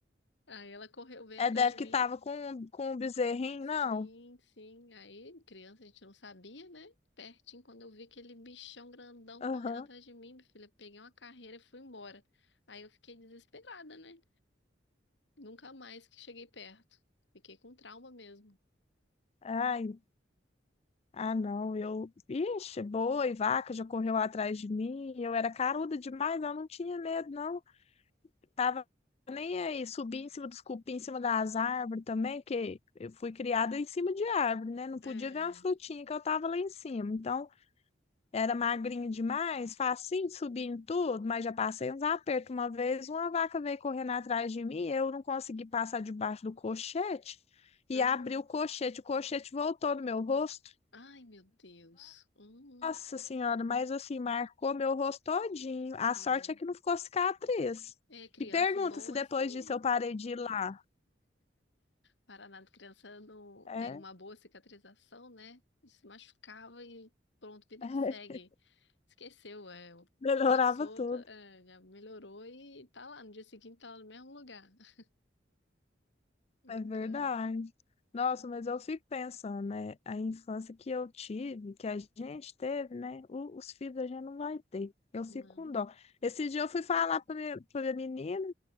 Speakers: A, on the left (about 80°); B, on the left (about 35°).
A: Aí ela correu, veio
B: é
A: atrás
B: deve
A: de mim.
B: que tava com, um, com um bezerrinho,
A: Sim,
B: não?
A: sim. Aí, criança, a gente não sabia, né? Pertinho, quando eu vi aquele bichão grandão
B: Aham.
A: correndo atrás de mim, minha filha, peguei uma carreira e fui embora. Aí eu fiquei desesperada, né? Nunca mais que cheguei perto. Fiquei com trauma mesmo.
B: Ai, Ah, não, eu. Ixi, boi, vaca já correu atrás de mim. Eu era caruda demais, eu não tinha medo, não. Tava nem aí. Subi em cima dos cupim, em cima das árvores também, porque eu fui criada em cima de árvore, né? Não podia
A: É.
B: ver uma frutinha que eu tava lá em cima. Então, era magrinha demais, facinho de subir em tudo, mas já passei uns apertos. Uma vez, uma vaca veio correndo atrás de mim, eu não consegui passar debaixo do cochete e
A: Aham.
B: abri o cochete. O cochete voltou no meu rosto.
A: Ai, meu Deus. Hum,
B: Nossa senhora, mas assim, marcou meu rosto todinho. A
A: não.
B: sorte é que não ficou cicatriz.
A: É, criança
B: E pergunta
A: bom
B: se
A: é
B: depois
A: isso aí.
B: disso eu parei de ir lá.
A: Paraná de criança não
B: É,
A: tem uma boa cicatrização, né? Se machucava e pronto, vida
B: <laughs>
A: que segue. Esqueceu, é,
B: melhorava
A: passou,
B: tudo.
A: é, já melhorou e tá lá. No dia seguinte tá lá no mesmo lugar, <laughs> brincando.
B: É verdade. Nossa, mas eu fico pensando, né? A infância que eu tive, que a gente teve, né? o- Os filhos a gente não vai ter. Eu fico
A: Não.
B: com dó. Esse dia eu fui falar para minha, pra minha menina.